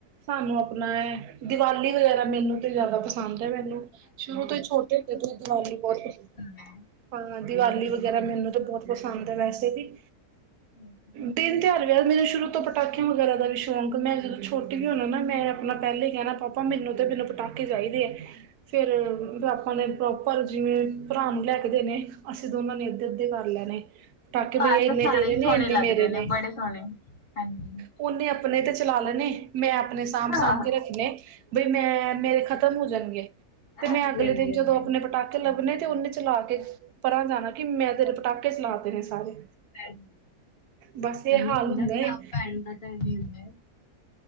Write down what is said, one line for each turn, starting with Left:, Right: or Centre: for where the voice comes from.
Right: ਸਾਨੂੰ ਆਪਣਾ ਐ ਦੀਵਾਲੀ ਵਗੈਰਾ ਮੈਨੂੰ ਤੇ ਜ਼ਿਆਦਾ ਪਸੰ ਪਸੰਦ ਐ ਮੈਨੂੰ, ਸ਼ੁਰੂ ਤੋਂ ਹੀ ਛੋਟੇ ਹੁੰਦੇ ਤੋਂ ਹੀ ਦੀਵਾਲੀ ਬਹੁਤ ਪਸੰਦ
Left: ਹੈ
Right: ਹਾਂ। ਦੀਵਾਲੀ ਵਗੈਰਾ ਮੈਨੂੰ ਤਾਂ ਬਹੁਤ ਪਸੰਦ ਐ ਵੈਸੇ ਵੀ।
Left: ਹਾਂਜੀ
Right: ਦਿਨ, ਤਿਹਾਰ, ਵਿਆਹ ਮੈਨੂੰ ਸ਼ੁਰੂ ਤੋਂ ਪਟਾਕਿਆਂ ਵਗੈਰਾ ਦਾ ਵੀ ਸ਼ੌਕ, ਮੈਂ ਜਦੋਂ ਛੋਟੀ ਵੀ ਹੋਣਾ ਨਾ ਮੈਂ ਆਪਣਾ ਪਹਿਲੇ ਹੀ ਕਹਿਣਾ, ਪਾਪਾ ਮੈਨੂੰ ਤੇ ਮੈਨੂੰ ਪਟਾਕੇ ਚਾਹੀਦੇ ਐ, ਫੇਰ ਪਾਪਾ ਨੇ ਪ੍ਰੋਪਰ ਜਿਵੇਂ ਭਰਾ ਨੂੰ ਲੈ ਕੇ ਦੇਨੇ, ਅਸੀਂ ਦੋਨਾਂ ਨੇ ਅੱਧੇ-ਅੱਧੇ ਕਰ ਲੈਣੇ। ਪਟਾਕੇ ਭਈਆ
Left: ਘਰ
Right: ਇੰਨੇ
Left: ਤਾਂ ਸਾਰੇ
Right: ਤੇਰੇ
Left: ਹੀ
Right: ਨੇ,
Left: ਸੋਹਣੇ
Right: ਇੰਨੇ
Left: ਲੱਗਦੇ
Right: ਮੇਰੇ ਨੇ।
Left: ਬੜੇ ਸੋਹਣੇ ਹਾਂਜੀ
Right: ਉਹਨੇ ਆਪਣੇ ਤੇ ਚਲਾ ਲੈਣੇ, ਮੈਂ ਆਪਣੇ ਸਾਂਭ-ਸਾਂਭ
Left: ਹਾਂ
Right: ਕੇ ਰੱਖਣੇ। ਬਈ ਮੈਂ ਮੇਰੇ ਖ਼ਤਮ ਹੋ ਜਾਣਗੇ, ਤੇ
Left: ਹਾਂਜੀ
Right: ਮੈਂ ਅਗਲੇ
Left: ਹਾਂਜੀ
Right: ਦਿਨ ਜਦੋਂ
Left: ਹਾਂਜੀ
Right: ਆਪਣੇ ਪਟਾਕੇ ਲੱਭਣੇ ਤੇ ਉਹਨੇ ਚਲਾ ਕੇ ਪਰਾਂ ਜਾਣਾ, ਕਿ ਮੈਂ ਤੇਰੇ ਪਟਾਕੇ ਚਲਾਤੇ ਨੇ ਸਾਰੇ।
Left: ਕਹਿੰਦੇ
Right: ਬਸ ਇਹ
Left: ਐਂਵੀ
Right: ਹਾਲ
Left: ਹੁੰਦਾ, ਭਰਾ
Right: ਏ
Left: ਭੈਣ ਦਾ ਤਾਂ ਐਂਵੀ ਹੁੰਦਾ।